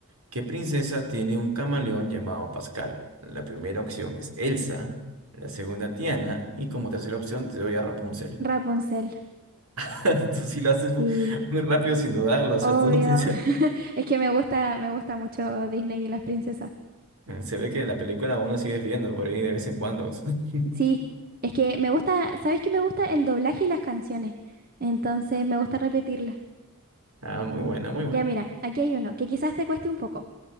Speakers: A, on the right (about 85°); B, on the right (about 45°).
A: ¿Qué princesa tiene un camaleón llamado Pascal? La primera opción es Elsa, la segunda Tiana, y como tercera opción te doy a Rapunzel.
B: Rapunzel.
A: <laughs> Tú sí lo haces
B: Sí,
A: muy muy rápido sin dudarlo, o sea,
B: obvio.
A: tú <laughs>
B: <laughs> Es que me gusta, me gusta mucho Disney y las princesas.
A: Eh, Se ve que la película aún la sigues viendo por ahí de vez en cuando. <laughs>
B: Sí, es que me gusta, ¿sabes qué me gusta? El doblaje y las canciones. Entonces me gusta repetirlas.
A: Ah, muy buena, muy buena.
B: Ya mira, aquí hay uno que quizás te cueste un poco.